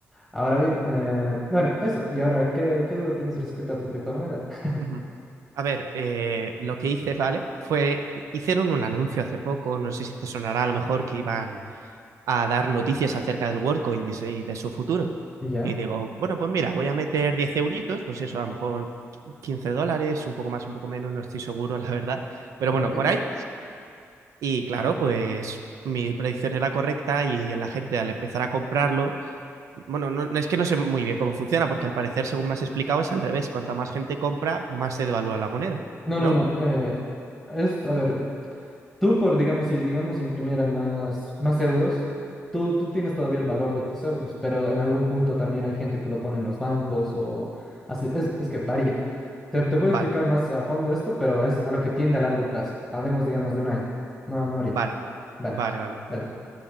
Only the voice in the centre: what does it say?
Ahora bien, eh, bueno, eso. Y ahora, ¿qué, qué duda tienes respecto a tu criptomoneda? <laughs>
¿Ya?
Ok.
No, no,
no. eh, es, a ver. Tú, por, digamos, si digamos imprimieran más, más euros, tú, tú tienes todavía el valor de tus euros, pero en algún punto también hay gente que lo pone en los bancos o así, es, es que varía. Te, te puedo
explicar más a fondo esto, pero es a lo que tiende a largo plazo. Hablemos, digamos, de un año. No, no ahorita.
Dale,
dale.